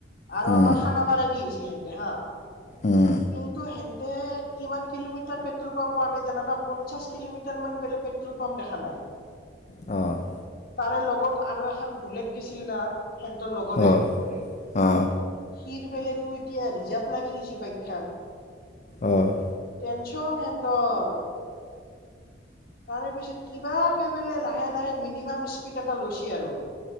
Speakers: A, on the left; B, on the left.
A: আৰু
B: উম
A: আমাৰ খানা পাৰাই দি আহিছি। তে হেহেন্তে হা।
B: উম
A: কিন্তু হেন কিমান কিলোমিটাৰ পেট্ৰল পাম্প প নাই জানানা পঞ্চাশ কিলোমিটাৰ মান বোলে পেট্ৰল পাম্প দেখা নাই।
B: অহ ',
A: তাৰে লগত আৰু খখন বুলেট গছিল না হেনতৰ লগৰে।
B: আহ আহ
A: কিৰ বেলেতো এতিয়া ৰিজাৰ্ভ লাগি গৈছে বাইকখন।
B: অহ',
A: টেনশচন হেনতৰ। তাৰে পিছত কিব কৈ বলে লাহে - লাহে মিনিমাম স্পীড এটা লৈছে আৰু।